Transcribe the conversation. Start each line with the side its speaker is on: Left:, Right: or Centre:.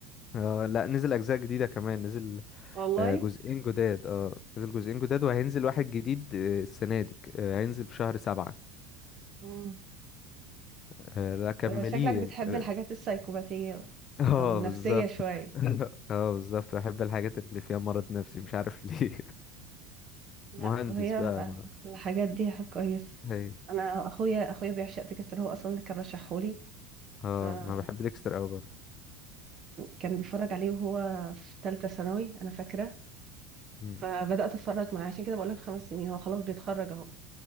Left: آه لا نزل اجزاء جديدة كمان نزل
Right: والله
Left: آه، جزئين جداد اه نزل جزئين جداد وهينزل واحد جديد آه، السنة دي آه، هينزل في شهر سبعة
Right: مم.
Left: آه، لا كمليه
Right: شكلك بتحب
Left: اه
Right: الحاجات السايكوباتيه
Left: آه،
Right: او النفسيه
Left: بالظبط
Right: شويه
Left: <laughs> اه بالظبط بحب الحاجات اللي فيها مرض نفسي مش عارف ليه <laughs>
Right: لا
Left: مهندس
Right: هي
Left: بقى ما-
Right: الحاجات دي كويسه
Left: هي
Right: انا اخويا اخويا بيعشق ديكستر هو اصلا اللي كان رشحهولي
Left: اه
Right: فكان
Left: ما بحب ديكستر قوي برضه
Right: كان بيتفرج عليه وهو في ثالثه ثانوي انا فاكره
Left: مم.
Right: فبدات اتفرج معاه عشان كده بقول لك خمس سنين هو خلاص بيتخرج اهو